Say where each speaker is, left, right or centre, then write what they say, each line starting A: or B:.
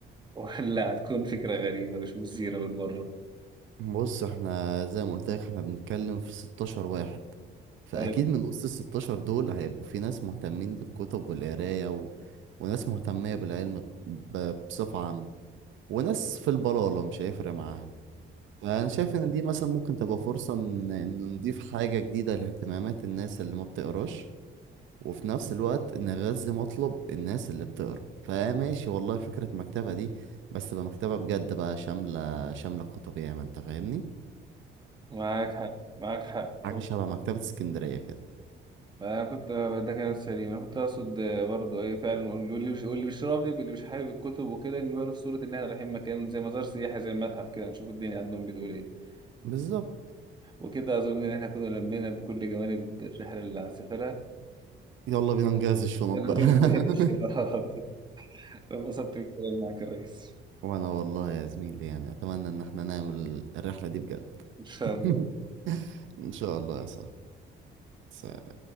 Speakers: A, on the right; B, on the right.
A: ولا هتكون فكرة غريبة مش مثيرة بالمرة
B: بص احنا زي ما قلت لك احنا بنتكلم في 16 واحد فاكيد
A: حلو
B: من وسط ال 16 دول هيبقوا في ناس مهتمين بالكتب والقرايه و... وناس مهتميه بالعلم ب... بصفه عامه وناس في البلاله مش هيفرق معاها فانا شايف ان دي مثلا ممكن تبقى فرصه ان ان نضيف حاجه جديده لاهتمامات الناس اللي ما بتقراش وفي نفس الوقت نغذي مطلب الناس اللي بتقرا فماشي والله فكره مكتبه دي بس تبقى مكتبه بجد بقى شامله شامله كتب ياما انت فاهمني
A: معاك حق معاك حق
B: حاجة شبه مكتبة اسكندرية كده
A: ما أنا كنت ده كلام سليم انا كنت اقصد برضه ايه فعلا واللي مش واللي مش راغب اللي مش حابب الكتب وكده نجيبها له في صوره ان احنا رايحين مكان زي مزار سياحي زي المتحف كده نشوف الدنيا عندهم بتقول ايه
B: بالظبط
A: وكده اظن ان احنا كنا لمينا بكل جوانب الرحله اللي هنسافرها
B: يلا بينا نجهز الشنط
A: يلا
B: بقى
A: بينا
B: <laughs>
A: نناقش <laughs> انبسطت بالكلام معاك يا ريس
B: وانا والله يا زميلي يعني اتمنى ان احنا نعمل الرحلة دي بجد
A: إن شاء
B: <laughs>
A: الله
B: ان شاء الله يا صاحبي سلام.